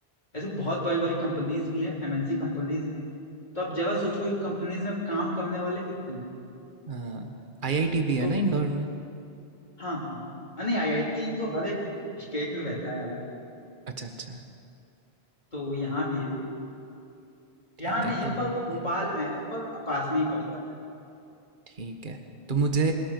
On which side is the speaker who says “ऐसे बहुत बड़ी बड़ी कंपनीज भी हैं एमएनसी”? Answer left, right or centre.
Left